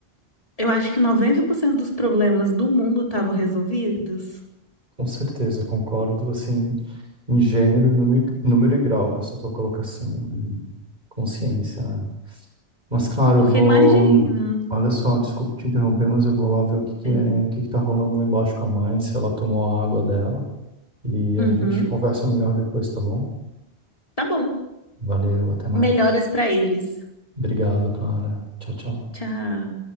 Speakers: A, on the left; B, on the right.
A: eu acho que 90% dos problemas do mundo estavam resolvidos.
B: Com certeza, concordo, assim, em gênero, número, número e grau com essa tua colocação, né? Consciência, né? Mas claro,
A: Porque
B: eu vou.
A: imagina.
B: Olha só, desculpa te interromper, mas eu vou lá ver o que que
A: Sim.
B: é, o que que tá rolando lá embaixo com a mãe, se ela tomou a água dela. E aí
A: Uhum.
B: a gente conversa melhor depois, tá bom?
A: Tá bom.
B: Valeu, até mais.
A: Melhoras pra eles.
B: Obrigado, Clara. Tchau, tchau.
A: Tchau.